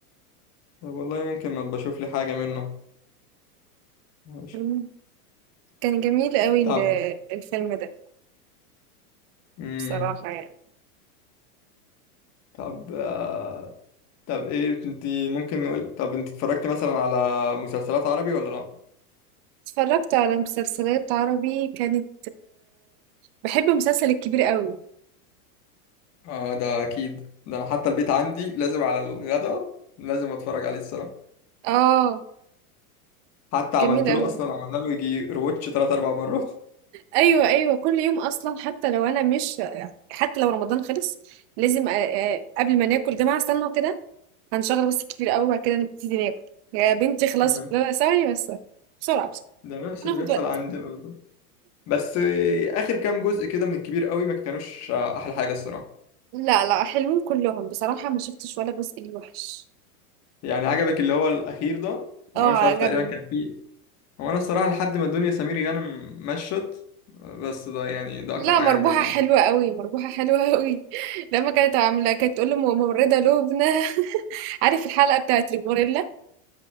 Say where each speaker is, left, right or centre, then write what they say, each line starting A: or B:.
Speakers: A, on the left (about 35°); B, on the right (about 40°).
A: والله ممكن ما بشوف لي حاجة منه ماشي.
B: إمم، كان جميل أوي ال
A: طب
B: الفيلم ده
A: امم
B: بصراحة يعني.
A: طب آه... طب ايه انت ممكن نقول طب انت اتفرجت مثلا على مسلسلات عربي ولا لا
B: اتفرّجت على مسلسلات عربي كانت باحب مسلسل الكبير أوي،
A: اه ده اكيد ده انا حتى البيت عندي لازم على الغدا لازم اتفرج عليه الصراحه
B: آه،
A: حتى عملت
B: جميل أوي.
A: له اصلا عملنا له يجي روتش ثلاث اربع مرات
B: ايوه ايوه كل يوم اصلا حتى لو انا مش حتى لو رمضان خلص لازم أ- أ- قبل ما ناكل جماعه استنوا كده هنشغل بس الكبير قوي وبعد كده نبتدي ناكل يا بنتي خلاص
A: ده
B: لا لا، ثواني بس بسرعه بس
A: ده نفس
B: هناخد
A: اللي بيحصل
B: وقت
A: عندنا بالظبط بس آه، اخر كام جزء كده من الكبير قوي ما كانوش آه، احلى حاجه الصراحه
B: لا لا حلوين كلهم بصراحه ما شفتش ولا جزء ليه وحش
A: يعني عجبك اللي هو الاخير ده اللي
B: اه
A: هو مش عارف
B: عجبني
A: تقريبا كان فيه هو انا الصراحه لحد ما الدنيا سمير غانم مشت بس ده يعني ده اكتر
B: لا
A: حاجه
B: مربوحه
A: عجباني
B: حلوه
A: يعني
B: قوي مربوحه حلوه قوي <laughs> لما كانت عامله كانت تقول له ممرضه لبنى <laughs> عارف الحلقه بتاعت الغوريلا